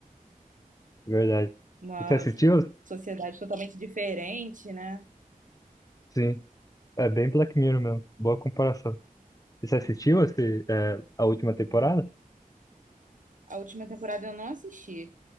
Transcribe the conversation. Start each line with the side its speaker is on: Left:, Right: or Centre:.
Left: verdade.
Right: uma
Left: Você assistiu?
Right: sociedade totalmente diferente, né?
Left: Sim. É bem Black Mirror mesmo. Boa comparação. E Você assistiu esse, é, a última temporada?
Right: A última temporada eu não assisti,